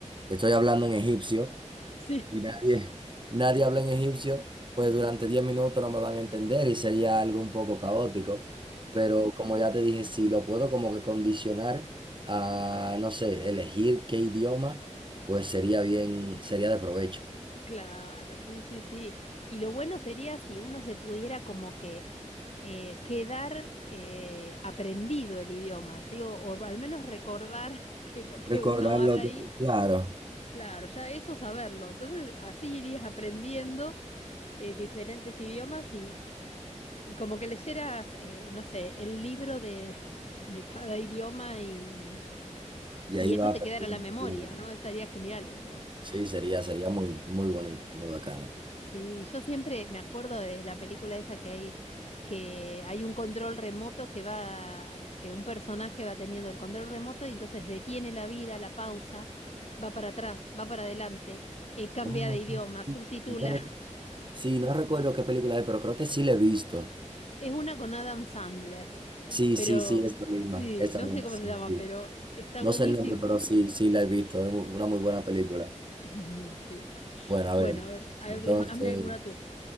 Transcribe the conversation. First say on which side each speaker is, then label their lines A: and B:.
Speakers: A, on the right; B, on the left.
A: estoy hablando en egipcio
B: <laughs> sí.
A: y nadie, <laughs> nadie habla en egipcio, pues durante 10 minutos no me van a entender y sería algo un poco caótico. Pero como ya te dije, si lo puedo como que condicionar a, no sé, elegir qué idioma, pues sería bien, sería de provecho.
B: Claro, sí, sí, sí. Y lo bueno sería si uno se pudiera como que eh, quedar eh, aprendido el idioma, ¿sí? O, o al menos recordar <laughs> que lo que
A: Recordarlo,
B: uno habla ahí,
A: claro,
B: claro, ya eso saberlo. Entonces así irías aprendiendo eh, diferentes idiomas y, y como que leyeras, eh, no sé, el libro de, <laughs> de cada idioma y,
A: y
B: y
A: ahí
B: eso
A: va
B: te
A: perdiendo,
B: quedara en la memoria,
A: claro.
B: ¿no? Estaría genial eso.
A: Sí, sería, sería muy, muy bonito, muy bacano.
B: Sí, yo siempre me acuerdo de la película esa que hay, que hay un control remoto que va, que un personaje va teniendo el control remoto y entonces detiene la vida, la pausa, va para atrás, va para adelante, eh, cambia
A: Oh,
B: de idioma,
A: sí,
B: subtitula.
A: sí, sí.
B: <laughs>
A: Sí, no recuerdo qué película es, pero creo que sí la he visto.
B: Es una con Adam Sandler,
A: Sí,
B: pero
A: sí, sí, esa misma,
B: sí,
A: esa
B: no
A: misma,
B: sé cómo
A: sí,
B: se llama,
A: sí.
B: pero está
A: No
B: buenísimo.
A: sé el nombre, pero sí, sí la he visto. Es mu- una muy buena película.
B: <laughs> Sí.
A: Bueno, a
B: Bueno,
A: ver,
B: a ver, a
A: entonces,
B: ver, <laughs> hazme alguna tú.